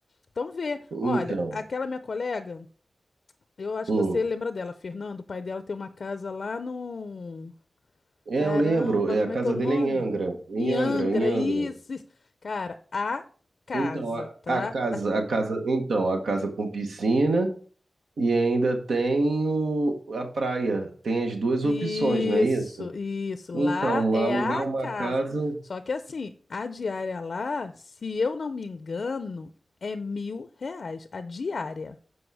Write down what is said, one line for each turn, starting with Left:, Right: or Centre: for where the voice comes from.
Left: Então, vê, olha,
Right: Então,
Left: aquela minha colega, eu acho
Right: hum.
Left: que você lembra dela, Fernando, o pai dela tem uma casa lá no
Right: É,
Left: Caramba,
Right: eu lembro, é,
Left: como
Right: a casa
Left: é que é o nome?
Right: dele é em Angra, em
Left: Em
Right: Angra,
Left: Angra,
Right: em Angra.
Left: isso, isso. Cara, a casa,
Right: Então, a,
Left: tá?
Right: a casa, a casa, então, a casa com piscina E ainda tem o- a praia. Tem as duas
Left: Isso,
Right: opções, não é isso?
Left: isso. Lá
Right: Então,
Left: é
Right: alugar
Left: a
Right: uma
Left: casa.
Right: casa.
Left: Só que assim, a diária lá, se eu não me engano, é mil reais. A diária.